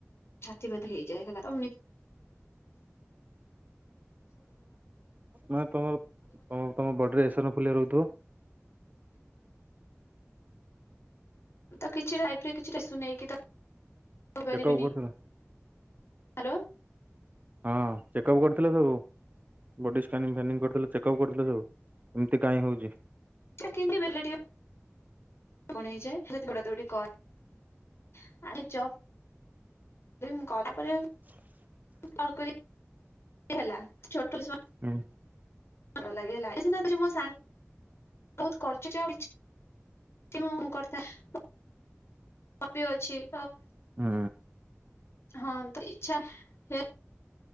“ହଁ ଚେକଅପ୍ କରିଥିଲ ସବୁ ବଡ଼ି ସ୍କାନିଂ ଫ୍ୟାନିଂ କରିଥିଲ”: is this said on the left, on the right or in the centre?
Right